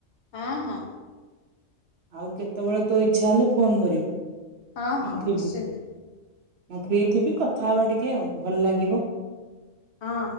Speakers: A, on the left; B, on the right.
A: ହଁ ହଁ।
B: ଆଉ କେତେବେଳେ ତୋ ଇଛା ହେଲେ ଫୋନ କରିବୁ
A: ହଁ ହଁ
B: ମୁଁ ଥିବି।
A: ନିଶ୍ଚିନ୍ତ
B: ମୁଁ ଫି ଥିବି କଥା ହବା ଟିକେ ଆଉ ଭଲ ଲାଗିବ।
A: ହଁ।